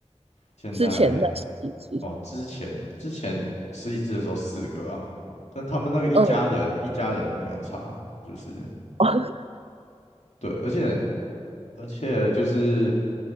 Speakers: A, on the left; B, on the right.
A: 现在
B: 之前在洗几只？
A: 哦，之前之前十几只的时候四个啊，但他们那个一家人一家人没有差，
B: 嗯，
A: 就是
B: 哦，
A: 对，而且而且就是